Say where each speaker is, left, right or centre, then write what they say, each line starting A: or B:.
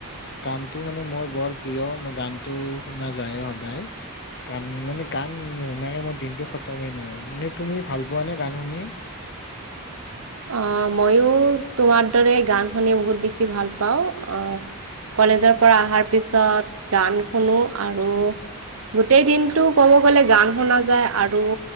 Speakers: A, on the left; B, on the right.
A: গানটো মানে মোৰ বৰ প্ৰিয়, মই গানটো শুনা যায় এ সদায়। গান মানে গান নুশুনাকে মই দিনতটো খতমেই নহয়। এনে তুমি ভাল পোৱা নে গান শুনি?
B: আহ, মইও তোমাৰ দৰে গান শুনি বহুত বেছি ভাল পাওঁ, আহ। কলেজৰ পৰা অহাৰ পিছত গান শুনো আৰু গোটেই দিনটো ক'ব গ'লে গান শুনা যায় আৰু